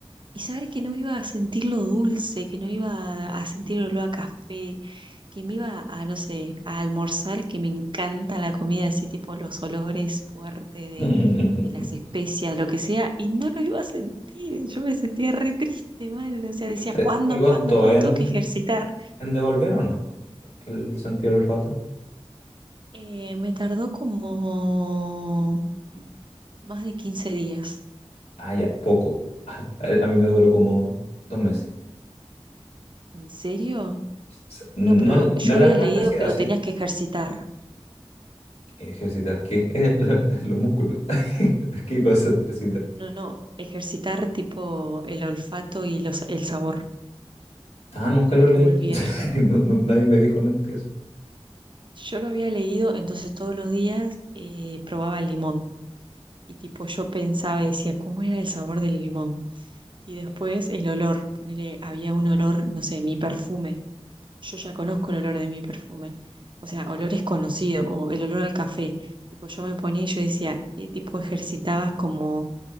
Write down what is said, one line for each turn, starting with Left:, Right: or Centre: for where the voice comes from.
Right: Y saber que no iba a sentir lo dulce, que no iba a sentir el olor a café, que me iba a, no sé, a almorzar, que me encanta la comida, así tipo los olores fuertes de,
Left: <laughs>
Right: de las especias, lo que sea, y no lo iba a sentir. Yo me sentía re triste, mal. O sea, decía,
Left: ¿Te,
Right: ¿cuándo,
Left: te costó
Right: cuándo, cuándo
Left: en,
Right: tengo que ejercitar?
Left: en devolver o no el sentido del olfato?
Right: Eh, me tardó como más de 15 días.
Left: Ah, ya, poco. <laughs> A, a mí me duró como dos meses.
Right: ¿En serio?
Left: S- No,
Right: No, pero
Left: es-
Right: yo
Left: no es
Right: había
Left: la misma
Right: leído
Left: intensidad,
Right: que lo
Left: sí.
Right: tenías que ejercitar.
Left: ¿Ejercitar qué? <laughs> Los músculos. <laughs> ¿Qué cosa de ejercitar?
Right: No, no, ejercitar tipo el olfato y los, el sabor
Left: Ah, nunca
Right: para
Left: lo leí.
Right: que volviera.
Left: <laughs> Nu- nu- nadie me dijo nunca eso.
Right: Yo lo había leído, entonces todos los días eh, probaba el limón y tipo yo pensaba y decía, ¿cómo era el sabor del limón? Y después el olor, ponele, había un olor, no sé, mi perfume. Yo ya conozco el olor de mi perfume. O sea, olores conocidos o el olor al café. Tipo, yo me ponía y yo decía, eh, tipo ejercitabas como